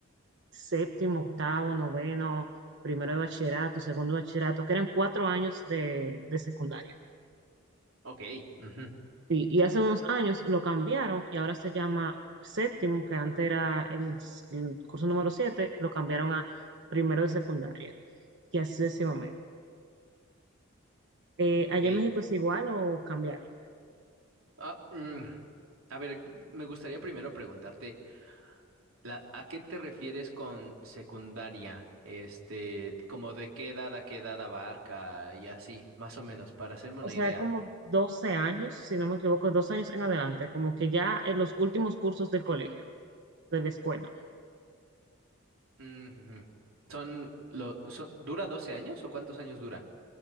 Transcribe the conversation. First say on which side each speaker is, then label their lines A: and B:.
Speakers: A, on the right (about 60°); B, on the right (about 85°).
A: séptimo, octavo, noveno, primero de bachillerato, segundo de bachillerato, que eran cuatro años de, de secundaria.
B: ok, ujú,
A: Sí, y hace unos años lo cambiaron y ahora se llama séptimo, que antes era el, el curso número siete, lo cambiaron a primero de secundaria y así sucesivamente. Eh, ¿allá
B: ok.
A: en México es igual o cambiaron?
B: Ah, mm, a ver, me gustaría primero preguntarte, la, ¿a qué te refieres con secundaria? Este, como de qué edad a qué edad abarca y así, más o menos, para hacerme
A: O
B: una
A: sea,
B: idea.
A: es como doce años, si no me equivoco, 12 años en adelante, como que ya en los últimos cursos del colegio. de la escuela.
B: Ujú. Son, lo, son, ¿dura 12 años o cuántos años dura